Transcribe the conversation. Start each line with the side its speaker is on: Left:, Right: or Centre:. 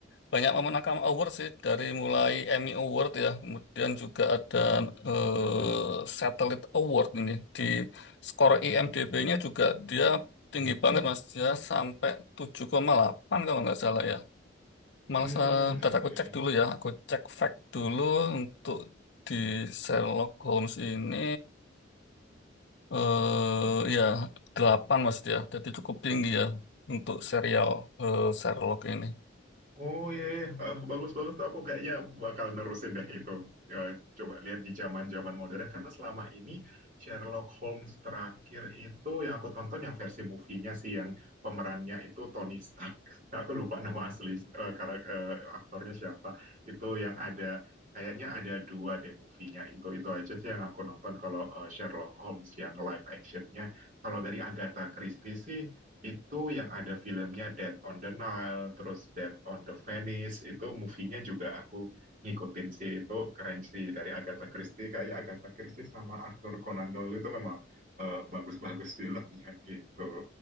Left: banyak memenangkan award sih dari mulai Emmy Award ya, kemudian juga ada eh, Satellite Award ini di skor IMDb-nya juga dia tinggi banget Mas ya sampai 7,8 kalau nggak salah ya. Malah
Right: Hmm,
Left: eh, bentar
Right: oke.
Left: aku cek dulu ya, aku cek fact dulu untuk di Sherlock Holmes ini eh ya 8 Mas dia, Jadi cukup tinggi ya untuk serial eh, Sherlock ini.
Right: Oh iya, iya. Ah, bagus bagus tuh aku kayaknya bakal nerusin deh itu. Ya, coba lihat di zaman-zaman modern karena selama ini Sherlock Holmes terakhir itu yang aku tonton yang versi movie-nya sih yang pemerannya itu Tony Stark. <laughs> Aku lupa nama asli eh, karak- eh, aktornya siapa. Itu yang ada kayaknya ada dua deh movie-nya itu. Itu aja sih yang aku nonton kalau eh, Sherlock Holmes yang live action-nya. Kalau dari Agatha Christie sih itu yang ada filmnya Death on the Nile, terus Death on the Venice, itu movie-nya juga aku ngikutin sih, itu keren sih dari Agatha Christie, kayak Agatha Christie sama Arthur Conan Doyle itu memang eh, bagus-bagus <laughs> filmnya gitu.